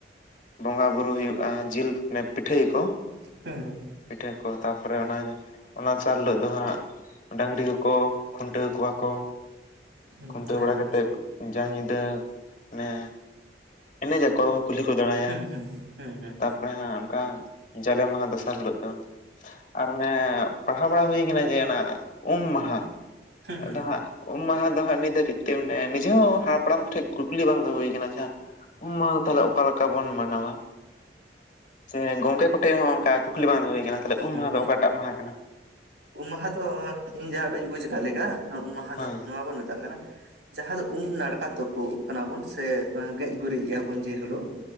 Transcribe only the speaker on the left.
ᱵᱚᱸᱜᱟᱼᱵᱩᱨᱩ ᱦᱩᱭᱩᱜᱼᱟ ᱡᱤᱞ ᱯᱤᱴᱷᱟᱹᱭᱟᱠᱚ
ᱯᱤᱴᱷᱟᱹ ᱠᱚ ᱛᱟᱯᱚᱨᱮ ᱚᱱᱟ ᱚᱱᱟ ᱫᱚᱥᱟᱨ ᱦᱤᱞᱳᱜ ᱫᱚ ᱦᱟᱸᱜ ᱰᱟᱹᱝᱨᱤ ᱠᱚᱠᱚ ᱠᱷᱩᱱᱴᱟᱹᱣ ᱠᱚᱣᱟ ᱠᱚ
ᱠᱷᱩᱱᱴᱟᱹᱣ
ᱵᱟᱲᱟ ᱠᱟᱛᱮ
ᱡᱟ ᱧᱤᱫᱟᱹ ᱢᱟᱱᱮ ᱮᱱᱮᱡ ᱟᱠᱚ, ᱠᱩᱞᱦᱤ ᱠᱚ ᱫᱟᱬᱟᱭᱟ,
ᱛᱟᱯᱚᱨᱮ ᱦᱟᱸᱜ ᱚᱱᱠᱟ ᱡᱟᱞᱮ ᱢᱟᱦᱟ ᱫᱚᱥᱟᱨ ᱦᱤᱞᱳᱜ ᱫᱚ ᱟᱨ ᱚᱱᱮ ᱯᱟᱲᱦᱟᱣ ᱵᱟᱲᱟ ᱦᱩᱭ ᱠᱟᱱᱟ ᱡᱮ ᱚᱱᱟ ᱩᱢ ᱢᱟᱦᱟ,
ᱟᱫᱚ ᱦᱟᱸᱜ ᱩᱢ ᱢᱟᱦᱟ ᱫᱚ ᱦᱟᱸᱜ ᱱᱤᱛ ᱫᱷᱟᱹᱵᱤᱡ ᱛᱮ ᱚᱱᱮ ᱱᱤᱡᱮ ᱦᱚᱸ ᱦᱟᱯᱲᱟᱢ ᱠᱚᱴᱷᱮᱱ ᱠᱩᱠᱞᱤ ᱵᱟᱝ ᱫᱚᱦᱚ ᱦᱩᱭ ᱠᱟᱱᱟ, ᱡᱟᱦᱟᱸ ᱩᱢ ᱢᱟᱦᱟ ᱛᱟᱦᱚᱞᱮ ᱚᱠᱟ ᱞᱮᱠᱟ ᱵᱚᱱ ᱢᱟᱱᱟᱣᱟ? ᱥᱮ ᱜᱚᱝᱠᱮ ᱠᱚᱴᱷᱮᱡ ᱦᱚᱸ ᱚᱱᱠᱟ ᱠᱩ ᱠᱩᱞᱤ ᱵᱟᱝ ᱦᱩᱭ ᱠᱟᱱᱟ᱾ ᱛᱟᱦᱚᱞᱮ ᱩᱢ
ᱢᱟᱦᱟ ᱫᱚ ᱚᱠᱟᱴᱟᱜ ᱢᱟᱦᱟ
ᱦᱳᱭ